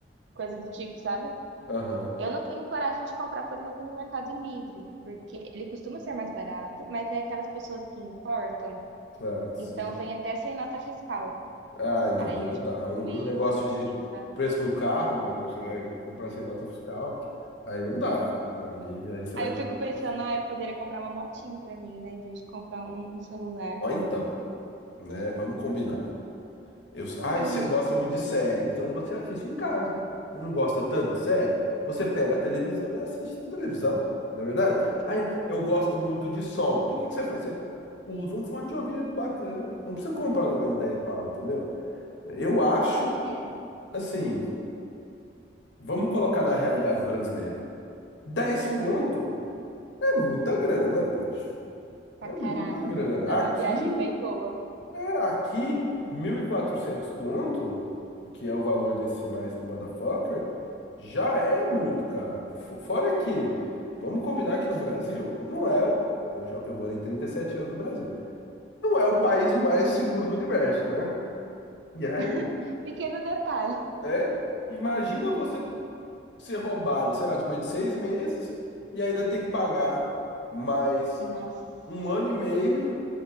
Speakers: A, on the right; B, on the left.
A: coisa do tipo, sabe?
B: Aham.
A: Eu não tenho coragem de comprar, por exemplo, no Mercado Livre, porque ele costuma ser mais barato, mas é aquelas pessoas que importam,
B: Ah, sim.
A: então vem até sem nota fiscal.
B: Ai, não,
A: Aí
B: aí não
A: eu já
B: dá.
A: fico
B: Um,
A: meio
B: um negócio
A: assim,
B: de
A: sabe?
B: preço de um carro, mano, você vai comprar sem nota fiscal, aí não dá. Não, aí, aí você
A: Aí
B: vai
A: eu
B: me desculpar.
A: fico pensando, ah, eu poderia comprar uma motinho pra mim, né, em vez de comprar um, um celular.
B: Ó, então, né? Vamos combinar. Eu,
A: Ai,
B: ai,
A: gente.
B: você gosta muito de série, então você assiste em casa. Você não gosta tanto de série? Você pega a televisão e assiste na televisão, não é verdade? Ai, eu gosto muito de som. Então o que que você faz? Você usa um fone de ouvido bacana. Não precisa comprar um negócio de dez pau, entendeu? Eu acho,
A: É.
B: assim, vamos colocar na realidade brasileira. Dez
A: Aham.
B: conto é muita grana, poxa.
A: Pra
B: É
A: caraca,
B: muita grana.
A: dá pra fazer
B: Aqui,
A: uma viagem bem boa.
B: Tá, Aqui, 1.400 conto, que é o valor desse mais motherfucker, já é muito caro. Fo- Fora que, vamos combinar que no Brasil, não é o. Eu já, eu morei 37 anos no Brasil. Não é o
A: Uhum.
B: país mais seguro do universo, né? E aí,
A: <laughs> Pequeno detalhe.
B: né? Imagina você ser roubado, sei lá, depois de seis meses e ainda ter que pagar mais
A: Nossa,
B: um ano e meio